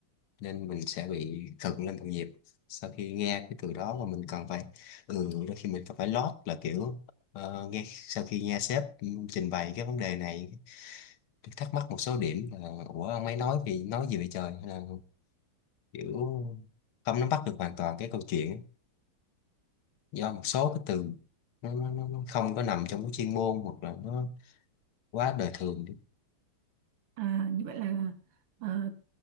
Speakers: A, on the left; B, on the right.
A: nên mình sẽ bị cận lên đồng nhịp sau khi nghe cái từ đó mà mình cần phải ừ đôi khi mình cần phải lót là kiểu ờ, nghe sau khi nghe sếp ừ, trình bày cái vấn đề này thắc mắc một số điểm là ủa ông ấy nói thì nói gì vậy trời hay là kiểu không nắm bắt được hoàn toàn cái câu chuyện do một số cái từ nó, nó, nó nó không có nằm trong cái chuyên môn hoặc là nó quá đời thường đi.
B: à, như vậy là à,